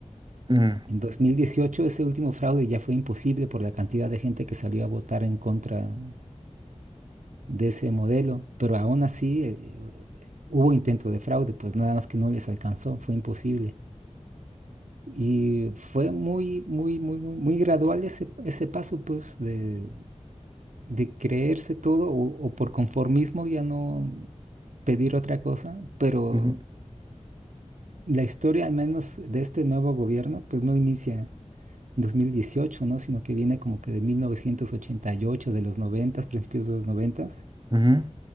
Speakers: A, on the right (about 35°); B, on the right (about 80°).
A: mm,
B: En 2018 ese último fraude ya fue imposible por la cantidad de gente que salió a votar en contra de ese modelo, pero aún así eh, hubo intento de fraude, pues nada más que no les alcanzó, fue imposible. Y fue muy, muy, muy, muy, muy gradual ese, ese paso, pues, de, de creerse todo o, o por conformismo ya no pedir otra cosa, pero
A: ujú,
B: La historia, al menos de este nuevo gobierno, pues no inicia en 2018, ¿no? Sino que viene como que de 1988, de los 90, principios de los 90,
A: ujú,